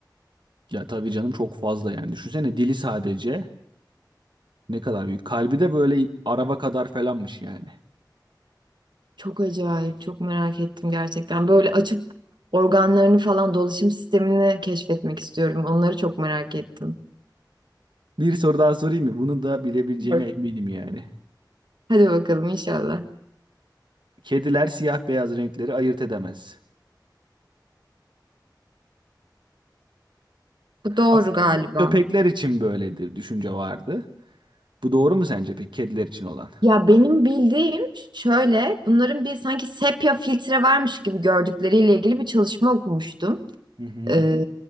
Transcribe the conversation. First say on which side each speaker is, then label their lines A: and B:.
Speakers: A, on the right (about 80°); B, on the right (about 75°).
A: Ya tabii canım çok fazla yani. Düşünsene dili sadece ne kadar büyük. Kalbi de böyle araba kadar falanmış yani.
B: Çok acayip, çok merak ettim gerçekten. Böyle açıp organlarını falan dolaşım sistemini keşfetmek istiyorum. Onları çok merak ettim.
A: Bir soru daha sorayım mı? Bunu da bilebileceğine
B: Var.
A: eminim yani.
B: Hadi bakalım inşallah.
A: Kediler siyah beyaz renkleri ayırt edemez.
B: Bu doğru
A: Aslında
B: galiba.
A: bu köpekler için böyledir düşünce vardı. Bu doğru mu sence peki kediler için olan?
B: Ya benim bildiğim şöyle, bunların bir sanki sepya filtre varmış gibi gördükleriyle ilgili bir çalışma okumuştum.
A: Hı hı.
B: Ee,